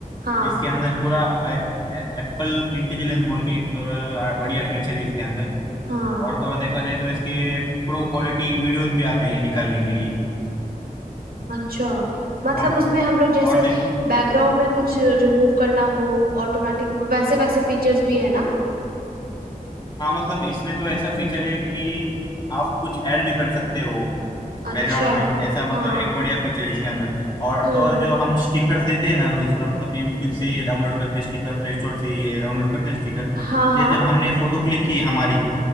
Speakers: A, on the right; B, on the left.
A: हाँ
B: इसके अंदर पूरा एप्पल इंटेलिजेंस बोल के एक अ, बढ़िया फीचर है इसके अंदर
A: हाँ
B: और तो और देखा जाए तो इसके प्रो क्वालिटी वीडियोस भी आते हैं निकालने के लिए
A: अच्छा मतलब
B: और
A: उसमें हम लोग जैसे
B: और देख
A: बैकग्राउंड में कुछ रिमूव करना हो ऑटोमेटिक वैसे वैसे फीचर्स भी है ना
B: हाँ मतलब इसमें तो ऐसा फीचर है कि आप कुछ ऐड भी कर सकते हो
A: अच्छा
B: बैकग्राउंड में ऐसा मतलब
A: हाँ
B: एक बढ़िया फीचर है इसके अंदर और
A: हम्म
B: तो और जो हम स्टिकर्स देते हैं ना दूसरा मतलब यूट्यूब से ये डाउनलोड करके स्टिकर प्ले स्टोर से ये डाउनलोड करते हैं स्टिकर
A: हाँ
B: ये
A: हाँ
B: जब हमने फोटो क्लिक की हमारी